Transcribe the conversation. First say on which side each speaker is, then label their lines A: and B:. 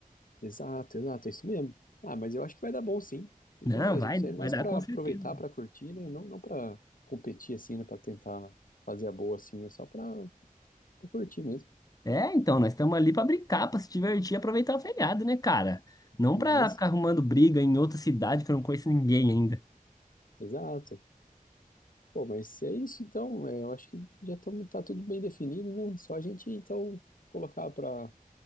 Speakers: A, on the left (about 70°); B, on the left (about 25°).
A: Exato, exato, é isso mesmo. Ah, mas eu acho que vai dar bom sim, porque
B: Não,
A: né, a
B: vai,
A: gente tá indo
B: vai
A: mais
B: dar
A: pra
B: com
A: aproveitar,
B: certeza.
A: pra curtir, né? Não, não para competir assim, né? Pra tentar fazer a boa assim, é só pra pra curtir mesmo.
B: É, então, nós estamos ali para brincar, para se divertir e aproveitar o feriado, né, cara? Não
A: Isso,
B: para ficar arrumando briga em outra cidade que eu não conheço ninguém ainda.
A: exato. Pô, mas se é isso então, é, eu acho que já tamo, tá tudo bem definido, né? Só a gente então colocar pra